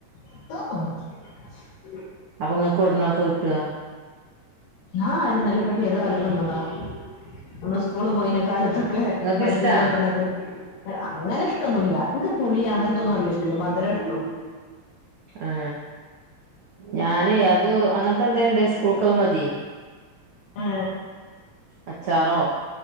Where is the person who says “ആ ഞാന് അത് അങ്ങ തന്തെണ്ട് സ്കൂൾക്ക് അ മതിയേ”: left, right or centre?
Right